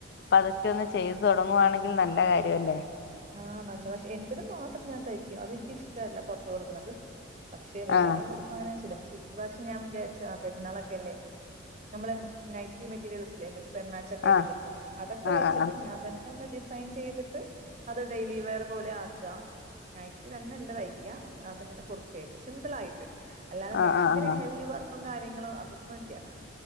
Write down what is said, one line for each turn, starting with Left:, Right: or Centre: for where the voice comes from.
Left: പതുക്കെ ഒന്ന് ചെയ്തു തുടങ്ങുവാണെങ്കിൽ നല്ല കാര്യല്ലേ
Right: ആ നല്ല പക്ഷെ എന്റത് മാത്രം ഞാൻ തയ്ക്കും അതെനിക്കിഷ്ടവല്ല പുറത്ത് കൊടുക്കണത് പക്ഷേ വേറൊള്ളതൊന്നും
Left: ആഹ്
Right: അങ്ങനെ ഞാൻ ചില ഇപ്രാവശ്യം ഞാൻ വിചാരിച്ച് ആ പെരുന്നാളൊക്കെ അല്ലേ ഞമ്മടെ നൈറ്റി മെറ്റീരിയൽസില്ലേ സെൻമാച്ച് ഒക്കെ ആയിട്ട്
Left: ആഹ്
Right: കിട്ട്നെ അതൊക്കെ
Left: ആ
Right: വെച്ചിട്ട്
Left: ആ
Right: ഞാൻ തന്നെ ഒന്ന് ഡിസൈൻ ചെയ്തിട്ട് അത് ഡെയിലി വെയർ പോലെ ആക്കുക നൈറ്റി തന്നല്ല തയ്ക്ക അതിങ്ങനെ കുർത്തയായിട്ട് സിമ്പിൾ ആയിട്ട് അല്ലാതെ
Left: ആ
Right: വേ ഭയങ്കര
Left: ആ ആ ആ
Right: ഹെവി വർക്ക് കാര്യങ്ങളും അതൊന്നു ഇല്ല